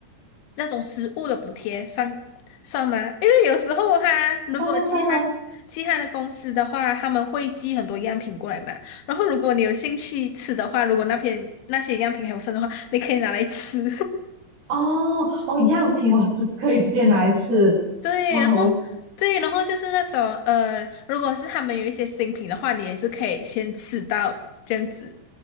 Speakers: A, on the left; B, on the right.
A: 那种食物的补贴算算吗？因为有时候他如果其他其他的公司的话，
B: 算算算啊，
A: 他们会寄很多样品过来嘛。然后如果你有兴趣吃的话，如果那边那些样品还有剩的话，你可以拿来吃。
B: 哦哦，样品我这可以直接拿一次，
A: <laughs> 对，
B: 哇哦，
A: 然后对，然后就是那种呃，如果是他们有一些新品的话，你也是可以先吃到这样子。